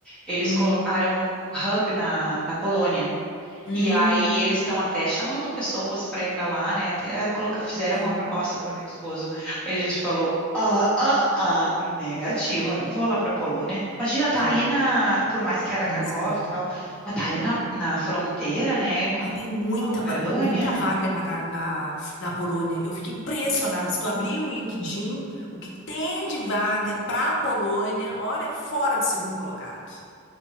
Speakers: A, in the centre; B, on the left.
A: eles
B: hum,
A: colocaram um hub na, na Polônia.
B: hum,
A: E aí eles estão até chamando pessoas para ir para lá, né? Até eh, coloca- fizeram
B: sim.
A: uma proposta para o meu esposo. Aí a gente falou: ah, ah, ah, negativo, eu não vou lá para Polônia. Imagina, tá
B: Ah,
A: ali na, por mais que era
B: pois
A: Cracóvia
B: é.
A: e tal, mas tá ali na, na fronteira, né, com
B: Ah, tem muita,
A: a Ucrânia.
B: muita vaga na, ca- na, na Polônia. Eu fico impressionada. Se tu abrir o LinkedIn, o que tem de vaga para a Polônia, olha, é fora de segundo colocado.